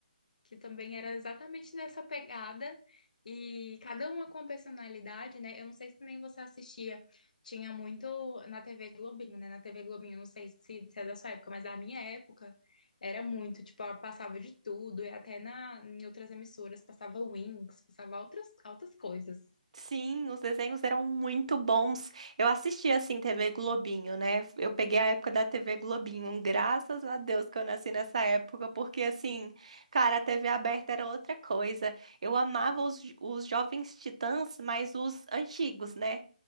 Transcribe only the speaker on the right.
Sim, os desenhos eram muito bons. Eu assistia assim TV Globinho, né? Eu peguei a época da TV Globinho. Graças a Deus que eu nasci nessa época, porque assim, cara, a TV aberta era outra coisa. Eu amava os, os Jovens Titãs, mas os antigos, né?